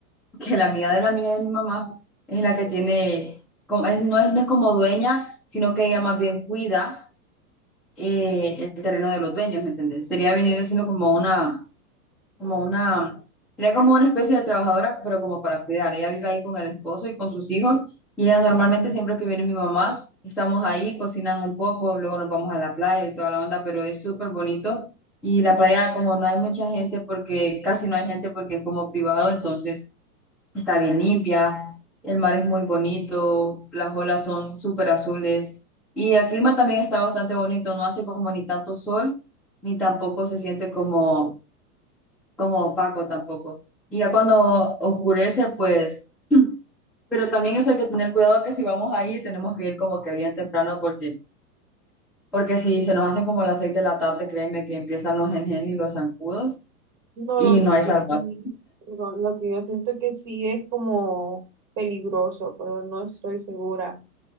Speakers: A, in the centre; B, on the right (about 40°).
A: <laughs> que la amiga de la amiga de mi mamá, es la que tiene, como, es, no es, no es como dueña, sino que ella más bien cuida eh, el terreno de los dueños, ¿me entiendes? Sería viniendo siendo como una como una, era como una especie de trabajadora, pero como para cuidar. Ella vive ahí con el esposo y con sus hijos, y ella normalmente siempre que viene mi mamá, estamos ahí, cocinan un poco, luego nos vamos a la playa y toda la onda, pero es súper bonito. Y la playa, como no hay mucha gente, porque casi no hay gente, porque es como privado, entonces está bien limpia, el mar es muy bonito, las olas son súper azules. Y el clima también está bastante bonito, no hace como ni tanto sol, ni tampoco se siente como como opaco tampoco. Y ya cuando oscurece, pues, pero también eso hay que tener cuidado que si vamos ahí tenemos que ir como que bien temprano porque, porque si se nos hacen como las seis de la tarde, créeme que empiezan los gen y los zancudos
B: No,
A: y
B: lo que,
A: no hay
B: pues,
A: salvación.
B: también, perdón, lo que yo siento que sí es como peligroso, pero no estoy segura,